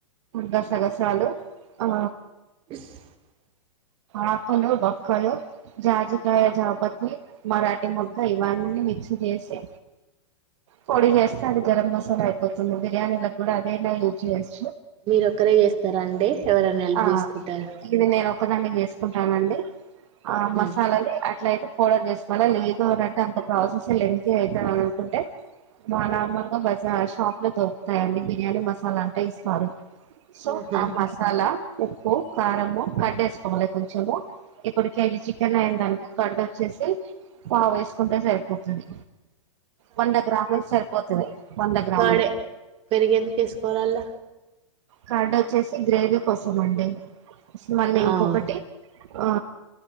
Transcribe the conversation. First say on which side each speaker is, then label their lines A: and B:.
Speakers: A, on the right; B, on the right.
A: గసగసాలు ఆ
B: <unintelligible>
A: ఆకులు బొక్కలు జాజికయ జాపత్రి మరాఠీమోగ్గ ఇవన్నీ మిక్స్ చేసి పొడి చేస్తది గరం మసాలా అయిపోతుంది బిర్యానీ లకు కూడా అదైనా యూజ్ చేస్త
B: మీరు ఒక్కరే చేస్తారా అండి ఎవరన్నా హెల్ప్
A: ఆ
B: తీసుకుంటారా
A: ఇది నేను ఒకదాన్ని చేస్కుంటానండి ఆ మసాలాని
B: ఉమ్
A: అట్ల అయి పౌడర్ చేసుకోవాలా లేదు అనింటే అంత ప్రాసెస్ లెంగ్తీ అయితధననుకుంటే మా నార్మల్ బయట షాప్ లో దొరుకుతాయండి బిర్యానీ మసాలా అంటే ఇస్తారు సొ
B: ఆహా
A: ఆ మసాలా ఉప్పు కారము కర్డ్ వేసుకోవాలి కొంచము ఇక్కటి కేజీ చికెన్ అయిన దనుకో కార్డ్ ఒచ్చేసి పావు వేసుకుంటే సరిపోతుంది వంద గ్రాములు సరిపోతది వంద గ్రాములు
B: కాడే పెరిగేందుకు వేసుకోవాలల్ల
A: కార్డ ఒచ్చేసి గ్రేవీ కోసం అండి మళ్ళీ ఇంకొకటి
B: ఆవ్
A: ఆ